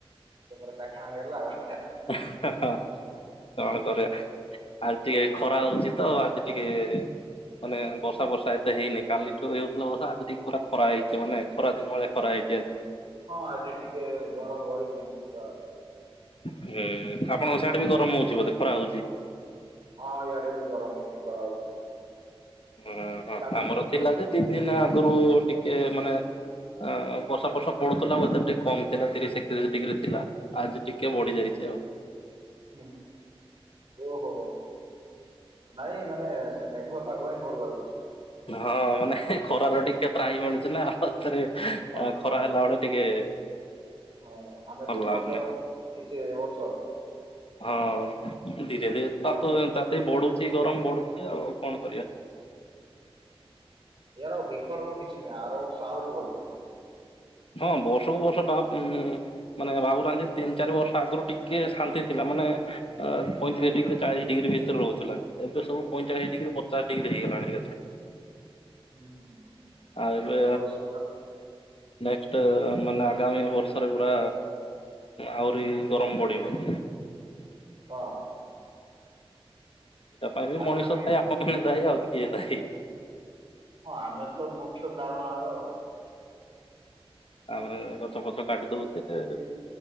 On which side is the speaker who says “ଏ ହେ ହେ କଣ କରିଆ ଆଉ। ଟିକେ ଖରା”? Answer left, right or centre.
Left